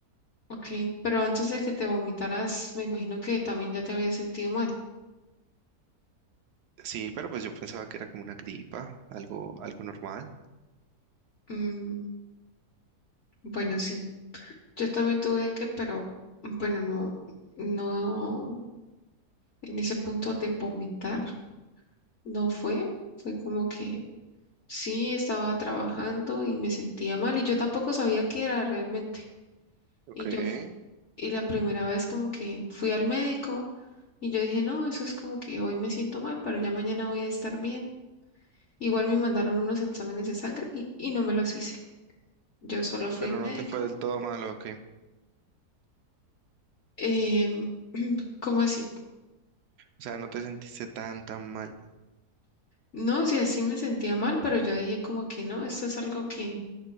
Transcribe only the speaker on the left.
Ok, pero antes de que te vomitaras, me imagino que también ya te habías sentido mal.
Mm, bueno, sí. Yo también tuve dengue, pero bueno, no, no, en ese punto de vomitar no fue. Fue como que Sí, estaba trabajando y me sentía mal y yo tampoco sabía qué era realmente.
Y
yo, f- y la primera vez como que fui al médico y yo dije, no, eso es como que hoy me siento mal, pero ya mañana voy a estar bien. Igual me mandaron unos exámenes de sangre y, y no me los hice. Yo solo fui al
médico.
Em, ¿cómo así?
No, o sea, sí me sentía mal, pero yo dije como que no, esto es algo que,